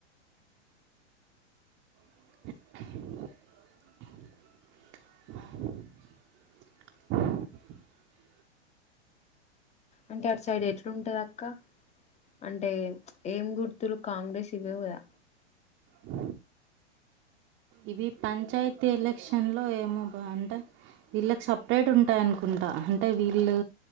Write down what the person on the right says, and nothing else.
హంచి <unintelligible>
హ్ ఇవి పంచాయతీ ఎలక్షన్ లో ఏమో బాఅంట వీళ్ళకి సపరేట్ ఉంటాయి అనుకుంటా అంటే వీళ్ళు